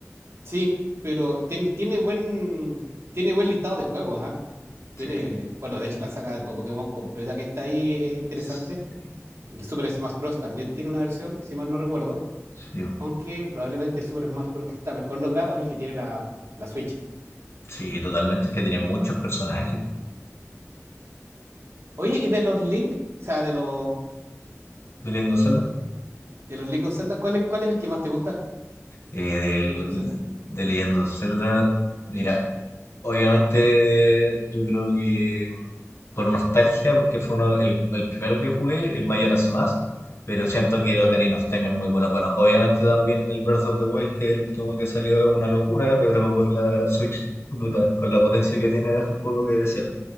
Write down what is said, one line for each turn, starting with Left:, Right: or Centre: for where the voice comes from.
Right: Sí, pero tiene, tiene buen, tiene buen listado de juegos, ¿ah? Tiene,
Left: Sí,
Right: bueno, de hecho la saga de Pokémon completa que está ahí es interesante.
Left: sí,
Right: El Super Smash Bros. también tiene una versión, si mal no recuerdo,
Left: sí, bo.
Right: aunque probablemente el Super Smash Bros. que está mejor logrado es el que tiene la, la Switch.
Left: Sí, totalmente, es que tiene muchos personajes
Right: Oye, ¿y de los Link, o sea, de los,
Left: de Legend of Zelda.
Right: de los Link of Zelda, cuál es, cuál es el que más te gusta
Left: Eh, del-
Right: de los Link of Zelda?
Left: de, Legend of Zelda, mira, Obviamente, yo creo que por nostalgia, porque fue uno, el, el primero que jugué, el Majora's Mask, pero siento que el Ocarina of Time es muy bueno. Bueno, obviamente también el Breath of the Wild, que es el último que salió, es una locura, pero con la Switch, puta, con la potencia que tiene, deja un poco que desear.